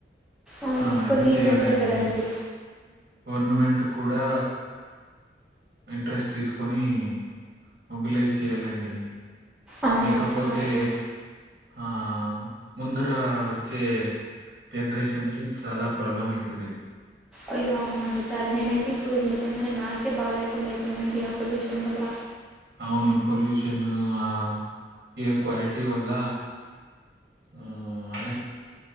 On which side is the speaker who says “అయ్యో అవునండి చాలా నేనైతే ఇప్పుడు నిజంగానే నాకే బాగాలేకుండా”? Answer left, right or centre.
Centre